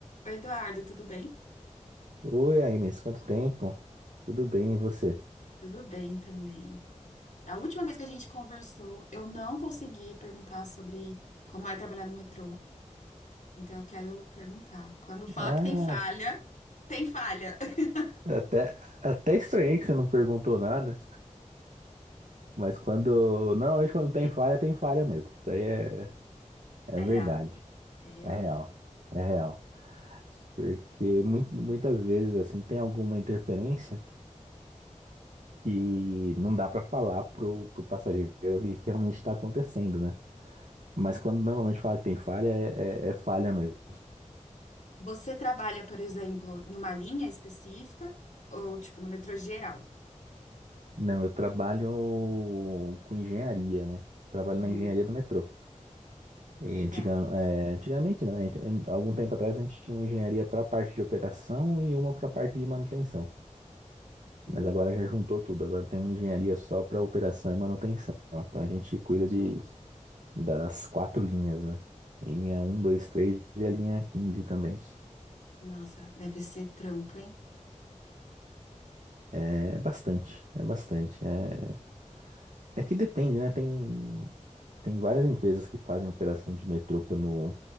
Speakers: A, on the left (about 70°); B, on the right (about 75°).
A: Oi, Eduardo, tudo bem?
B: Oi, Agnes, quanto tempo? Tudo bem, e você?
A: Tudo bem também. Da última vez que a gente conversou, eu não consegui perguntar sobre como é trabalhar no metrô. Então eu quero perguntar. Quando fala
B: Ah,
A: que tem falha, tem falha. <laughs>
B: é, é até, até estranhei que você não perguntou nada, mas quando. Normalmente quando tem falha, tem falha mesmo. Isso aí é, é
A: É
B: verdade.
A: real, é real.
B: É real. É real. Porque muito, muitas vezes, assim, tem alguma interferência que não dá para falar pro, pro passageiro o que realmente está acontecendo, né? Mas quando normalmente fala que tem falha, é, é é falha mesmo.
A: Você trabalha, por exemplo, em uma linha específica ou tipo no metrô geral?
B: Não, eu trabalho com engenharia, né? Trabalho
A: Uhum,
B: na engenharia do metrô. E
A: legal.
B: antiga- é, antigamente, não, a gente- em- algum tempo atrás a gente tinha uma engenharia para a parte de operação e uma para a parte de manutenção.
A: Hum,
B: Mas agora já juntou tudo, agora tem uma engenharia só para operação e manutenção. Então a gente cuida de, das quatro linhas, né? Linha um, 2, 3 e a linha quinze também.
A: nossa, deve ser trampo, hein?
B: É bastante, é bastante. É, É que depende, né? Tem, tem várias empresas que fazem operação de metrô pelo,